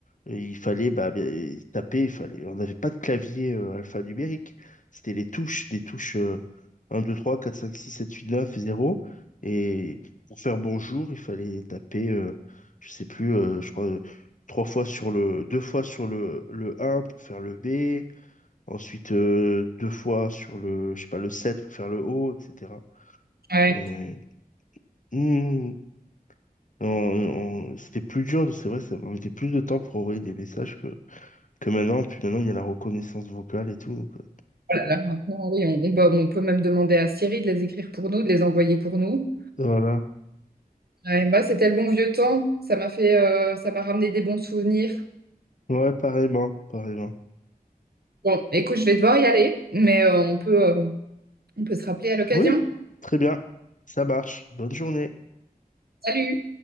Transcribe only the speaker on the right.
Ouais.
Oh là là, maintenant, oui, on, on- bah, on peut même demander à Siri de les écrire pour nous, de les envoyer pour nous.
Ouais, bah, c'était le bon vieux temps. Ça m'a fait, euh, ça m'a ramené des bons souvenirs.
Bon, écoute, je vais devoir y aller, mais euh, on peut, euh, on peut se rappeler à l'occasion.
Salut!